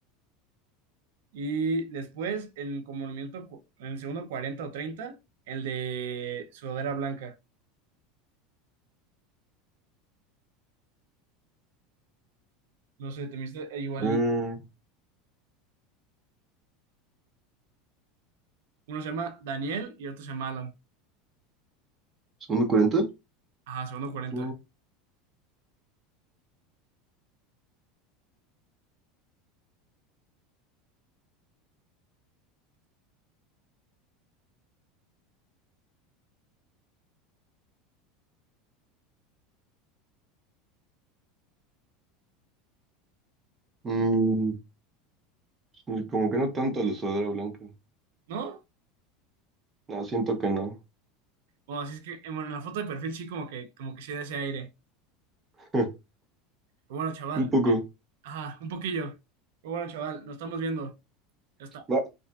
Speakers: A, on the right (about 75°); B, on the right (about 15°).
A: Y después, en como el minuto, cu- en el segundo 40 o 30 el de sudadera blanca. No sé, te me hiciste igualito.
B: Mm,
A: Uno se llama Daniel y otro se llama Alan.
B: ¿segundo 40?
A: Ajá, segundo cuarenta
B: Ok. Mm, sí, como que no tanto la sudadera blanca.
A: ¿No?
B: No, siento que no.
A: Bueno, así es que, eh, bueno, en la foto de perfil sí como que, como que sí da ese aire.
B: <laughs>
A: Pero bueno, chaval.
B: Un poco.
A: eh, Ajá, un poquillo. Pero bueno, chaval, nos estamos viendo. Ya está.
B: Va.